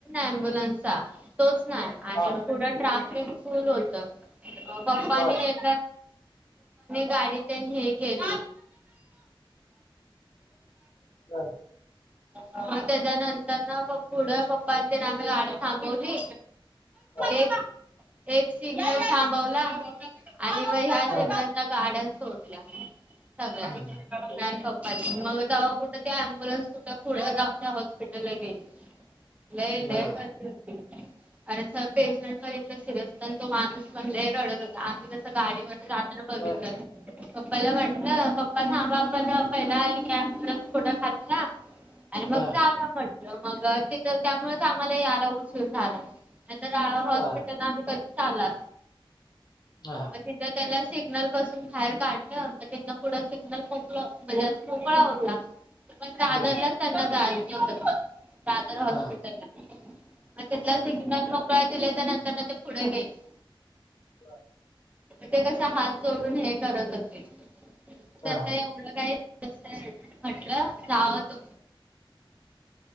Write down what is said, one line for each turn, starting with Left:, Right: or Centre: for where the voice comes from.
Right: अम्ब्युलन्सचा तोच नाही आणि
Left: हा,
Right: पुढं ट्राफिक फुल होतं पप्पानी
Left: बर
Right: ए गाडी त्यांनी हे केली
Left: हा
Right: ह त्याच्यानंतर ना पुढं पप्प ते आम्ही गाडी थांबवली
Left: बर
Right: एक एक सिग्नल थांबवला आणि म ह्या सच्या
Left: हां,
Right: गाड्या सोडल्या सगळ्या
Left: हं, हं, बर
Right: ठप् मग तेव्हा कुठे ते अम्बुलन्स कुठ पुड गावच्या हॉस्पिटल ला गेली ल ल
Left: बर हम्म.
Right: अर पेशंट पण इत सिरियस होत आणि तो माणस म्हणले रड आ गाडी वगर जाताना बिघितल्याल
Left: बर
Right: पप्पाला वाटलं पप्पा ांबा आपण पहिलाबुनस थड खाल्लं आणि मग
Left: हां,
Right: जाव म्हटलं मग तिथं त्यामुळेच आम्हाला याला उशिर झाला आ तर हॉस्पिटल
Left: बर
Right: अ कध ला
Left: ह हा
Right: तिथं त्याला सिग्नल पासून बाहेर काढलं मग तिं पुढं सिग्नल मोकलं म्हणजे सळा होता तर मग दादरलाच
Left: बर
Right: त्यांना गाज होत दादर हॉस्पिटल
Left: हा
Right: ला मग तिथला सिग्नल मोकळा दिले तर नंतर ना ते पुढे गेले
Left: हो
Right: ते कसा हात जोडून हे करत होते
Left: बर
Right: तस
Left: हा हा हा
Right: एवढं काय म्हटलं राव तुम